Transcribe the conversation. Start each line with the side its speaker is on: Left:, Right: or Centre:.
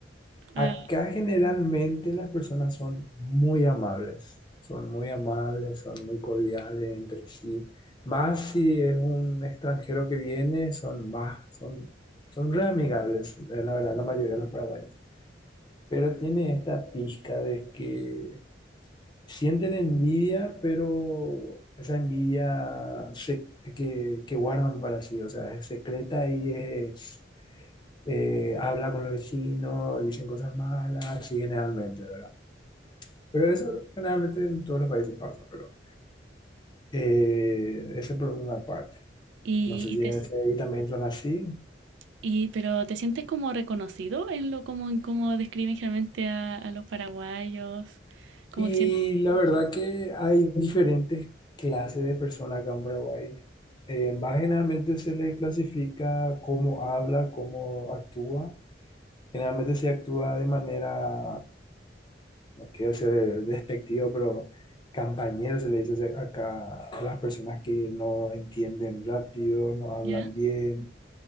Left: Acá
Right: a...
Left: generalmente las personas son muy amables, son muy amables, son muy cordiales entre sí. Más si es un extranjero que viene, son más, son, son re amigables, eh, la verdad, la mayoría de los paraguayos. Pero tiene esta pizca de que sienten envidia, pero esa envidia se- que, que guardan para sí, o sea, es secreta y es eh, habla con los vecinos, dicen cosas malas, así generalmente, ¿verdad? Pero eso generalmente en todos los países pasa, pero eh, ese por una parte.
Right: Y,
Left: No sé
Right: y
Left: si
Right: te,
Left: ahí también son así.
Right: y, pero ¿te sientes como reconocido en lo como en cómo describen generalmente a, a los paraguayos? Como
Left: Y
Right: que sientes...
Left: la verdad que hay diferentes clases de personas acá en Paraguay. Eh, más generalmente se les clasifica cómo habla, cómo actúa. Generalmente se actúa de manera no quiero ser despectivo, pero campañeros se le dice hace- acá a las personas que no entienden rápido, no hablan
Right: ¿Ya?
Left: bien.